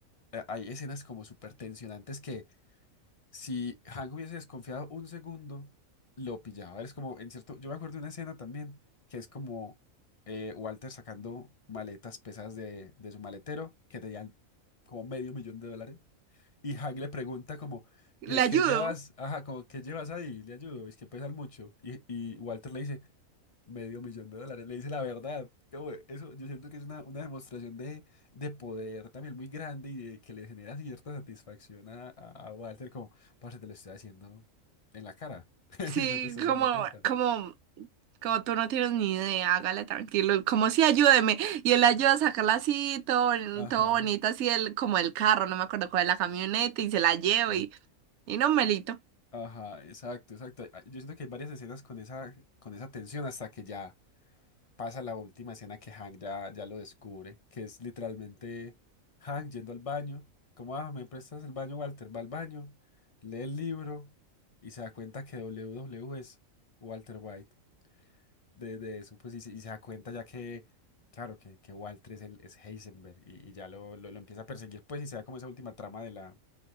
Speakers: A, on the left; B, on the right.
A: eh, hay escenas como súper tensionantes que si Hank hubiese desconfiado un segundo, lo pillaba. Es como, en cierto, yo me acuerdo de una escena también que es como eh, Walter sacando maletas pesadas de, de su maletero que tenían como medio millón de dólares. Y Hank le pregunta como,
B: ¿Le
A: eh,
B: ayudo?
A: ¿qué llevas? Ajá, como, ¿qué llevas ahí? Le ayudo, es que pesan mucho. Y, y Walter le dice, medio millón de dólares, le dice la verdad. Como, eso, yo siento que es una, una demostración de, de poder también muy grande y de que le genera cierta satisfacción a, a, a Walter, como, parce, te lo estoy haciendo en la cara <laughs>
B: Sí,
A: y no te estás dando
B: como,
A: cuenta.
B: como, como tú no tienes ni idea, hágale tranquilo, como si ayúdeme. Y él ayuda a sacarla así, todo, bon-
A: Ajá,
B: todo bonito, así el, como el carro, no me acuerdo cuál es la camioneta, y se la lleva
A: sí.
B: y, y no, Melito.
A: Ajá, exacto, exacto. Ah, Yo siento que hay varias escenas con esa, con esa tensión hasta que ya pasa la última escena que Hank ya, ya lo descubre, que es literalmente Hank yendo al baño. Como, ah, me prestas el baño, Walter. Va al baño, lee el libro y se da cuenta que W W es Walter White. De, de eso, pues, y, se y se da cuenta ya que, claro, que, que Walter es, el, es Heisenberg y, y ya lo, lo, lo empieza a perseguir, pues, y se da como esa última trama de la,